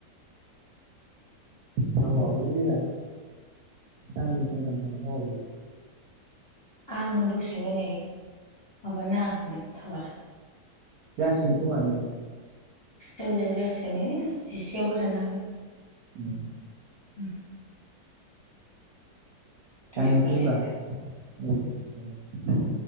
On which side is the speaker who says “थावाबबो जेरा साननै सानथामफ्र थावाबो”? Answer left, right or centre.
Right